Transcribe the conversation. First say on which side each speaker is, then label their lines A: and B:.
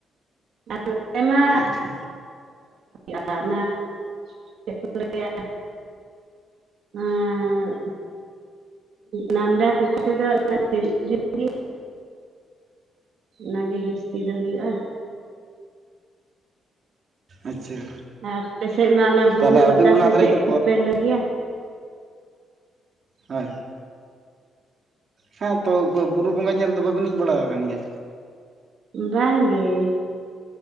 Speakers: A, on the right; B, on the right.
A: ᱟᱨ ᱱᱚᱛᱮ ᱢᱟ
B: ᱟᱪᱪᱷᱟ
A: ᱟᱲᱟᱜᱱᱟ ᱪᱮᱫ ᱠᱚ ᱞᱟᱹᱭᱟ ᱱᱚᱣᱟᱻ ᱱᱟᱢ ᱰᱟᱠ ᱞᱮᱠᱟ ᱛᱮᱫᱚ ᱛᱤᱨᱤᱥ ᱡᱩᱱ ᱜᱮ ᱚᱱᱟᱜᱮ ᱡᱟᱹᱥᱛᱤ ᱫᱚ ᱦᱩᱭᱩᱜ-ᱟ
B: ᱟᱪᱪᱷᱟ
A: ᱟᱯᱮᱥᱮᱫ ᱢᱟ ᱚᱱᱟ ᱵᱩᱨᱩ
B: ᱛᱟᱦᱚᱞᱮ ᱟᱹᱵᱤᱱ
A: ᱯᱟᱛᱟ
B: ᱚᱱᱟ
A: ᱥᱮ
B: ᱫᱷᱟᱨᱤᱡ
A: ᱪᱮᱫ
B: ᱫᱚ
A: ᱠᱚᱯᱮ ᱞᱟᱹᱭ ᱜᱮᱭᱟ
B: ᱦᱳᱭ ᱦᱮᱸ ᱛᱚ ᱵᱩᱨᱩ ᱵᱚᱸᱜᱟ ᱧᱮᱞ ᱫᱚ ᱵᱟᱹᱵᱤᱱ ᱦᱮᱡ ᱵᱟᱲᱟ ᱟᱠᱟᱱ ᱜᱮᱭᱟ?
A: ᱵᱟᱝ ᱜᱮ ᱾